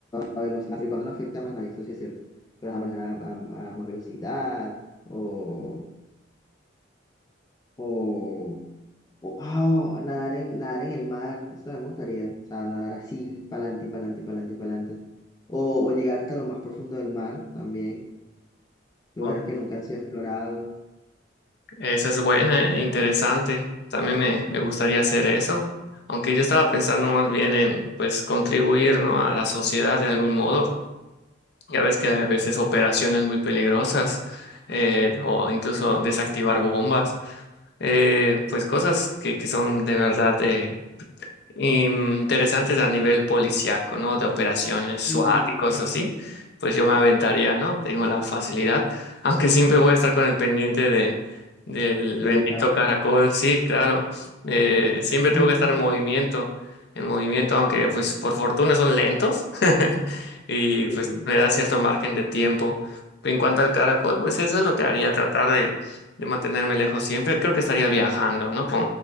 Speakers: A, on the left; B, on the left.
A: a velocidad, pero cuando no afecta a más nadie, eso sí es cierto. Pero a manejar a, a- a más velocidad o, o, o- ah, o nadar en, nadar en el mar, eso también me gustaría. O sea, nadar así, para adelante y para adelante y para adelante y para adelante. O, o llegar hasta lo más profundo del mar también, lugares
B: Uy,
A: que nunca han sido explorados.
B: Esa es buena, ¿eh? Interesante, también me, me gustaría hacer eso, aunque yo estaba pensando más bien en, pues, contribuir, ¿no? A la sociedad de algún modo Ya ves que a veces operaciones muy peligrosas eh, o incluso desactivar bombas, eh, pues cosas que, que son de verdad eh, em, interesantes a nivel policiaco, ¿no? De operaciones SWAT
A: Uh,
B: y cosas así, pues yo me aventaría, ¿no? Tengo la facilidad, <laughs> aunque siempre voy a estar con el pendiente de, del
A: de
B: bendito
A: la Caracas.
B: caracol, sí, claro. Eh, siempre
A: Aunque,
B: tengo que estar en movimiento, en movimiento, aunque pues por fortuna son lentos <laughs> y
A: sí.
B: pues me da cierto margen de tiempo. En cuanto al caracol, pues eso es lo que haría, tratar de, de mantenerme lejos siempre. Creo que estaría viajando, ¿no?